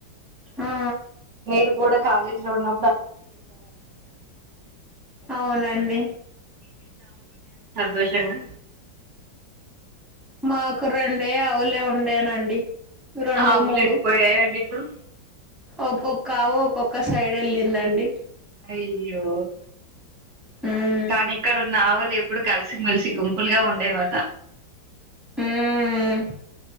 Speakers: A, in the centre; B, on the right.
A: ఆ
B: మీరు కూడా కాలేజీ లో ఉన్న
A: అవునండి
B: తోషంగా
A: మాకు రెండే అవులే ఉండేనండి. రెండు,
B: ఆవులు
A: మూడు.
B: ఎడిపోయాయండి ఇప్పుడు
A: ఒకోక్ ఆవు ఒక్కొక్క సైడ్ వెళ్ళిందండి.
B: అయ్యో
A: ఉమ్
B: కానీ ఇక్కడున్న ఆవు లే ఇప్పుడు కలిసిమెలిసి గుంపులుగా. ఉండే వాట
A: ఉమ్